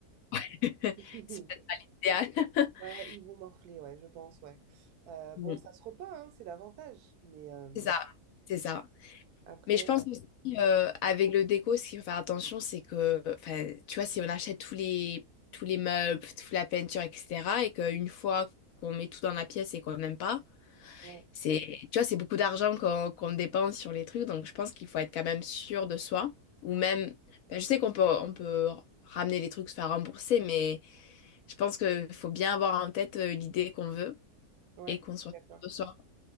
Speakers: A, on the left; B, on the right.
A: <laughs>
B: <laughs>
A: C'est peut-être pas l'idéal.
B: Ouais,
A: <laughs>
B: ils vont morfler, ouais, je pense, ouais. Euh, bon,
A: Mm.
B: ça se repeint, hein, c'est l'avantage, mais euh,
A: C'est ça, c'est ça.
B: après,
A: Mais je pense
B: euh,
A: aussi, euh, avec le déco, ce qu'il faut faire attention, c'est que, enfin, tu vois, si on achète tous les, tous les meubles, toute la peinture, etc., et qu'une fois qu'on met tout dans la pièce et qu'on n'aime pas,
B: ouais,
A: c'est, tu vois, c'est beaucoup d'argent qu'on qu'on dépense sur les trucs, donc je pense qu'il faut être quand même sûr de soi. Ou même, enfin, je sais qu'on peut, on peut ramener les trucs, se faire rembourser, mais Je pense qu'il faut bien avoir en tête euh, l'idée qu'on veut
B: ouais,
A: et qu'on
B: je
A: soit
B: suis
A: sûr
B: d'accord,
A: de soi.